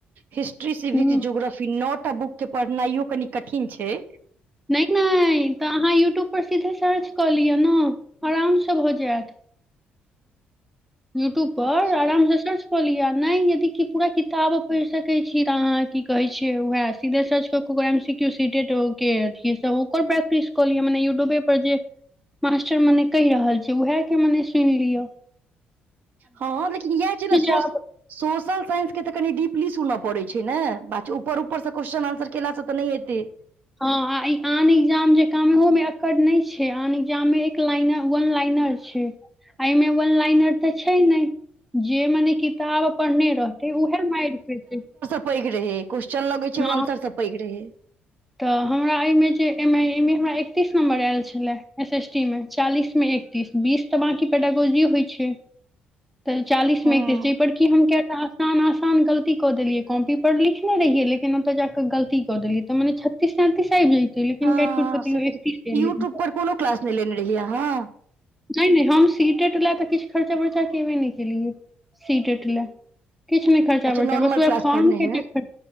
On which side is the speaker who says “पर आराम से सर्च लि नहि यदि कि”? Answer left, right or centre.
Centre